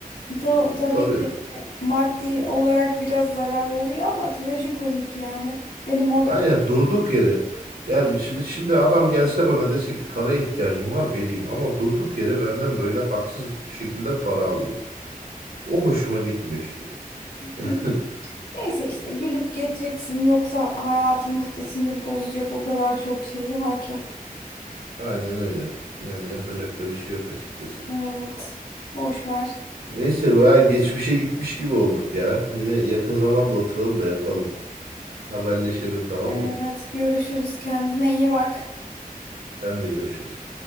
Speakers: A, on the left; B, on the right.
A: ta- tabii
B: Tabii.
A: ki maddi olarak biraz zarar oluyor ama trajikomik yani. Benim orada
B: Aynen durduk yere. Yani şimdi şimdi adam gelse bana dese ki paraya ihtiyacım var vereyim ama durduk yere benden böyle haksız şekilde para alıyor. O hoşuma gitmiyor işte.
A: <laughs>
B: <laughs>
A: neyse işte gülüp geçeceksin yoksa hayatımızda sinir bozacak o kadar çok şey var ki.
B: Aynen öyle. Yani yapacak da bir şey yok açıkçası.
A: Evet. Boş ver.
B: Neyse veya geçmişe gitmiş gibi olduk ya. Yine yakın zamanda oturalım da yapalım. Haberleşelim tamam
A: Evet,
B: mı?
A: görüşürüz. Kendine iyi bak.
B: Sen de görüşürüz.